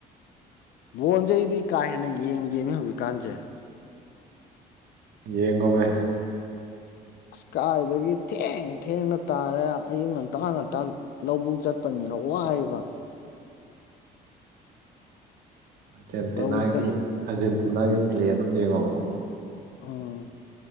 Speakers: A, on the left; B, on the right.
A: ꯕꯣꯟꯁꯦ ꯑꯩꯗꯤ ꯀꯥ ꯍꯦꯟꯅ ꯌꯦꯡꯗꯦꯅꯤ ꯍꯧꯖꯤꯛꯀꯥꯟꯁꯦ
B: ꯌꯦꯡꯒꯣ ꯃ
A: ꯑꯁꯀꯥꯏꯗꯒꯤ ꯊꯦꯡ ꯊꯦꯡꯅ ꯇꯥꯔꯦ ꯑꯌꯨꯛ ꯉꯟꯇꯥꯥ ꯉꯟꯇꯥ ꯂꯧꯕꯨꯛ ꯆꯠꯄꯅꯤꯅ ꯋꯥ ꯍꯥꯏꯕ
B: ꯑꯥꯔꯖꯦꯟꯇꯤꯅꯥꯒꯤ
A: ꯂꯧꯕꯨꯛ ꯆꯠ
B: ꯑꯥꯔꯖꯦꯟꯇꯤꯅꯥꯒꯤ ꯄ꯭ꯂꯦ ꯑꯗꯨꯝ ꯌꯦꯡꯉꯣꯕ
A: ꯎꯝ